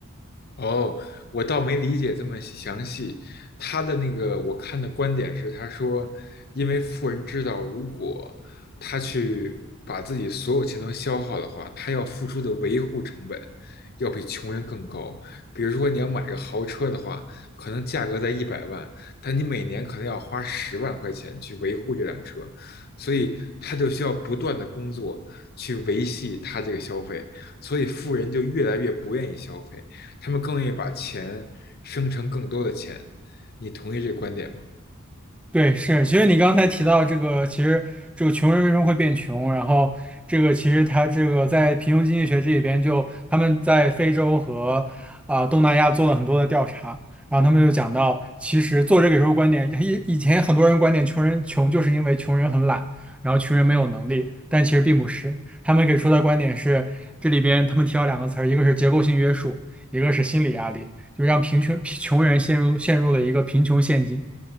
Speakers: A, on the left; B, in the centre.
A: 哦，我倒没理解这么详细。他的那个我看的观点是，他说，因为富人知道，如果他去把自己所有钱都消耗的话，他要付出的维护成本要比穷人更高。比如说，你要买个豪车的话，可能价格在一百万，但你每年可能要花十万块钱去维护这辆车，所以他就需要不断的工作去维系他这个消费，所以富人就越来越不愿意消费。他们更愿意把钱生成更多的钱。你同意这个观点吗？
B: 对，是，其实你刚才提到这个，其实这个穷人为什么会变穷，然后这个其实他这个在贫穷经济学这里边就他们在非洲和啊、东南亚做了很多的调查，然后他们就讲到，其实作者给出的观点，以以前很多人观点穷人穷就是因为穷人很懒，然后穷人没有能力，但其实并不是，他们给出的观点是这里边他们提到两个词儿，一个是结构性约束，一个是心理压力，就让贫穷贫穷人陷入陷入了一个贫穷陷阱。